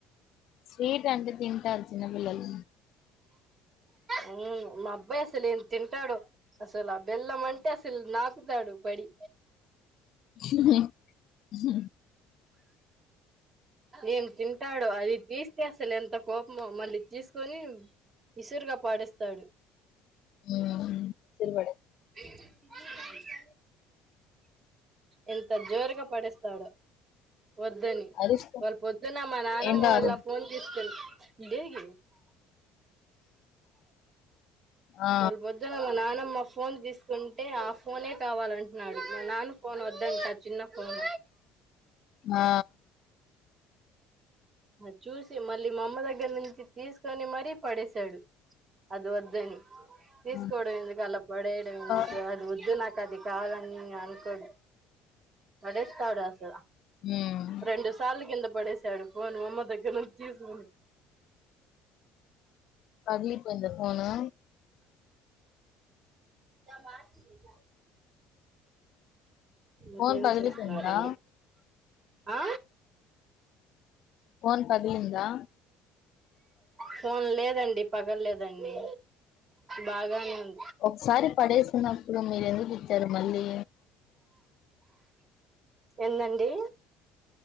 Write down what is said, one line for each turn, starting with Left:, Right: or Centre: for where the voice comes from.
Left: స్వీట్ అంటే తింటారు చిన్నపిల్లలు
Right: అ మా అబ్బాయి అసలు ఏం తింటాడో అసల బెల్లం మంటే అస ల్ నాక్ కుతాడు పడి
Left: <inaudible>
Right: ఏంతింటాడొ అది తీస్తే అసలు ఎంత కోపమో మళ్ళీ తీసుకొని విసురుగా పాడేస్తాడు
Left: హ్మ్
Right: <inaudible> ఎంత జోరుగా పడెస్తాడొ వద్దని
Left: అరుస్తా
Right: వాళ్ళు పొద్దున్న మా నానమ్మ
Left: ఏంటి
Right: వాళ్ళ
Left: అరు
Right: ఫోన్ తీసుకొని లేేగి
Left: ఆ
Right: ఇవాళ పొద్దున మా నానమ్మ ఫోన్ తీస్ కొంటె ఆ ఫోనే కావాలంటే టాడు మా నాన్ ఫోన్ వద్దంట చిన్న ఫోన్
Left: ఆ
Right: అది చూసి మళ్ళీ మామ్మ దగ్గర నుంచి తీసుకొని మరీ పడేసాడు అది వద్దని తీసుకోడం
Left: ఆ
Right: ఎందుకు అలా పడేడం ఎందుకు
Left: ఆ!
Right: అది ఒద్దు నాకు అది కావాలని నేను అనుకోడు పడేస్తాడు అస
Left: హ్మ్
Right: రెండు సార్లుకింద పడే చడు పోను అమ్మ దగ్గర నుంచి తీసుకుని
Left: పగిలిపోయింద ఫోను
Right: త మర్చి గా ఇంకేం
Left: ఫోన్ పగిలిపోయిందా
Right: చేస్తున్నారండి ఆ
Left: ఫోన్ పగిలిందా
Right: ఫోన్ లేదండి పగల్లేదండి బాగానే ఉన్
Left: ఒకసారి పడేస్నపుడు మీరెందుకు ఇచ్చారు మళ్లీ
Right: ఎందండీ